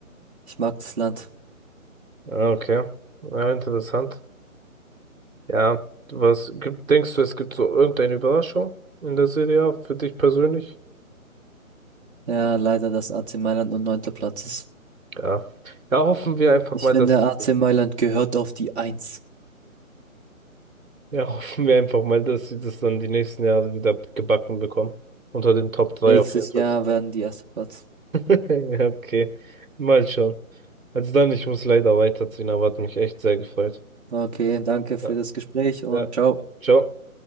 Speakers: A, on the right; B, on the right.
A: Ich mag das Land.
B: Ah, Okay, ja, interessant. Ja, was gibt, denkst du, es gibt so irgendeine Überraschung in der Serie A für dich persönlich?
A: Ja, leider, dass AC Mailand nur neunter Platz ist.
B: Ja. Ja, hoffen wir einfach
A: Ich
B: mal,
A: finde,
B: dass
A: AC
B: sie,
A: Mailand gehört auf die Eins.
B: ja, <laughs> hoffen wir einfach mal, dass sie das dann die nächsten Jahre wieder gebacken bekommen. Unter den Top 3
A: Nächstes
B: auf jeden Fall
A: Jahr
B: zu sein.
A: werden die erster Platz.
B: <laughs> Ja, okay. Mal schauen. Also dann, ich muss leider weiterziehen, aber hat mich echt sehr gefreut.
A: Okay, danke für
B: Ja,
A: das Gespräch und
B: ja.
A: ciao.
B: Ciao.